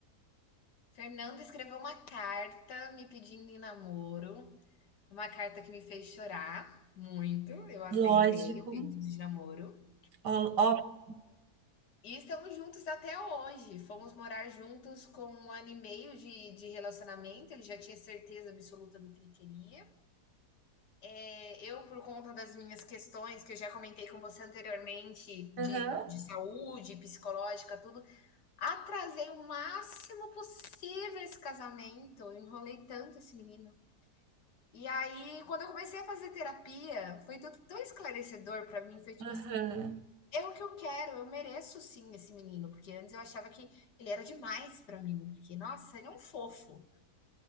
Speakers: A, on the left; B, on the right.
A: Fernando escreveu uma carta me pedindo em namoro, uma carta que me fez chorar muito. Eu aceitei
B: lógico.
A: o pedido de namoro.
B: Ó, ó.
A: E estamos juntos até hoje. Fomos morar juntos com um ano e meio de de relacionamento, ele já tinha certeza absoluta do que ele queria. Eh, eu, por conta das minhas questões que eu já comentei com você anteriormente,
B: Aham,
A: de de saúde, psicológica, tudo, atrasei o máximo possível esse casamento, eu enrolei tanto esse menino. E aí, quando eu comecei a fazer terapia, foi tudo tão esclarecedor para mim, foi tipo
B: aham.
A: assim: é o que eu quero, eu mereço sim esse menino, porque antes eu achava que ele era demais pra mim, porque, nossa, ele é um fofo.